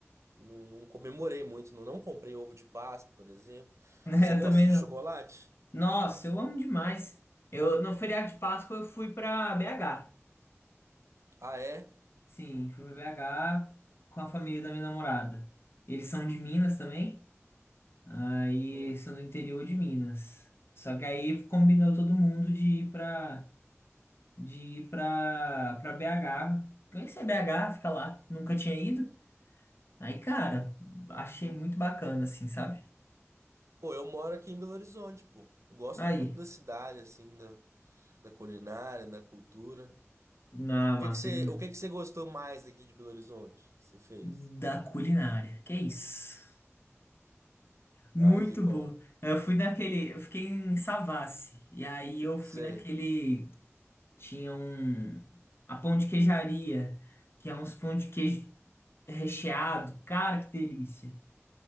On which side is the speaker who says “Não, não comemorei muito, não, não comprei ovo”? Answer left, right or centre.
Right